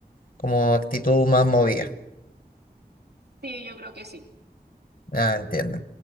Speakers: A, on the left; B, on the right.
A: como actitud más movida.
B: Sí, yo creo que sí.
A: Ah, entiendo.